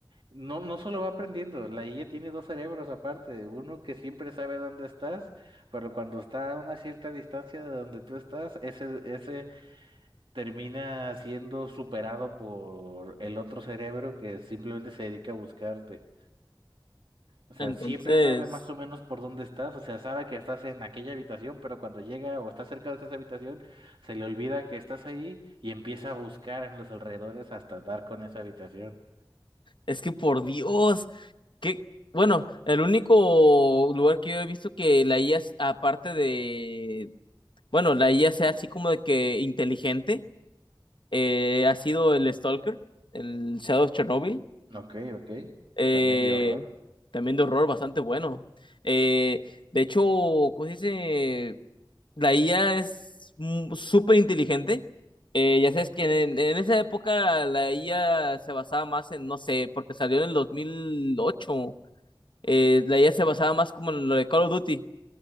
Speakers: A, on the right; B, on the left.
A: no, no solo va aprendiendo, la IA tiene dos cerebros aparte, uno que siempre sabe dónde estás, pero cuando está a una cierta distancia de donde tú estás, ese, ese termina siendo superado por el otro cerebro que simplemente se dedica a buscarte. O sea,
B: Entonces,
A: siempre sabe más o menos por dónde estás, o sea, sabe que estás en aquella habitación, pero cuando llega o está cerca de esa habitación, se le olvida que estás ahí y empieza a buscar en los alrededores hasta dar con esa habitación.
B: es que por Dios, que, bueno, el único lugar que yo he visto que la IA, es- aparte de, bueno, la IA sea así como de que inteligente, eh, ha sido el Stalker, el Shadow of Chernobyl,
A: Ok, ok.
B: eh,
A: También de horror.
B: también de horror bastante bueno. Eh, de hecho, ¿cómo se dice? la IA es mm, súper inteligente. Eh, ya sabes que en, en esa época la IA se basaba más en, no sé, porque salió en el 2008. Eh, la IA se basaba más como en lo de Call of Duty